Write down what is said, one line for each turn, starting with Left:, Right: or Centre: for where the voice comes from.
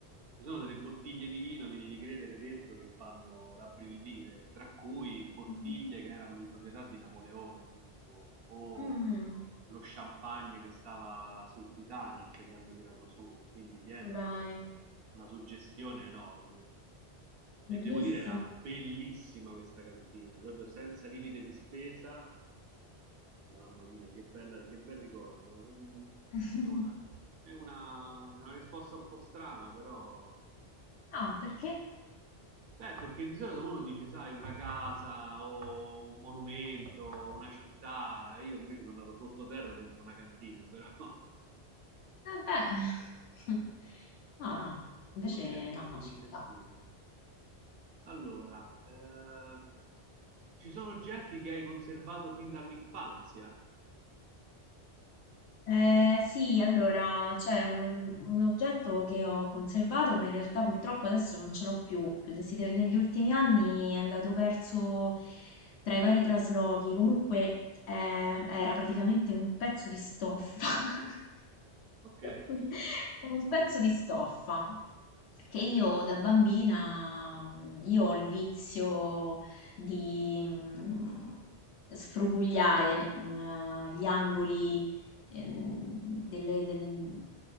Right: Ci sono delle bottiglie di vino, mi devi credere, dentro che fanno rabbrividire, tra cui bottiglie
Left: mhm.
Right: che erano di proprietà di Napoleone addirittura, o
Left: Mm,
Right: lo champagne che stava sul Titanic che hanno tirato su, quindi dietro
Left: Dai,
Right: c'è una suggestione enorme. E
Left: bellissimo.
Right: devo dire, era bellissima questa cantina, proprio senza limite di spesa Mamma mia, che bella, che bel ricordo. Mm,
Left: <laughs>
Right: È una, è una- è una risposta un po' strana, però.
Left: No, perché?
Right: Beh, perché di solito uno dice, sai, una casa o un monumento, una città. Io invece sono andato sottoterra dentro una cantina, però <laughs>
Left: Eh beh, <laughs> no, no, invece
Right: devo dire è molto
Left: no,
Right: suggestivo.
Left: ci sta.
Right: Allora, eh, ci sono oggetti che hai conservato fin dall'infanzia?
Left: Eh, sì, allora c'è un, un oggetto che ho conservato, ma in realtà purtroppo adesso non ce l'ho più. Si deve- Negli ultimi anni è andato perso tra i vari traslochi. Comunque eh, era praticamente un pezzo di stoffa, <laughs>
Right: Ok,
Left: troppo lì, un pezzo di stoffa. che io da bambina, mm, io ho il vizio di mm, sfrugugliare un, eh, gli angoli ehm, delle- delle-